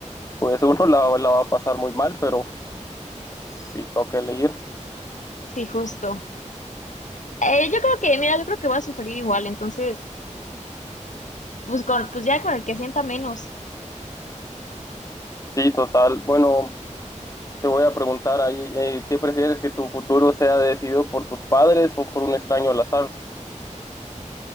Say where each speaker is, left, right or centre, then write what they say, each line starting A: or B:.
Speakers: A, on the left; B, on the left.
A: pues <laughs> uno la, la va a pasar muy mal, pero si toca elegir.
B: sí, justo. Eh, yo creo que, mira, yo creo que voy a sufrir igual, entonces... Pues, con, pues ya con el que sienta menos.
A: Sí, total. Bueno. Te voy a preguntar ahí, eh, ¿qué prefieres que tu futuro sea decidido por tus padres o por un extraño al azar?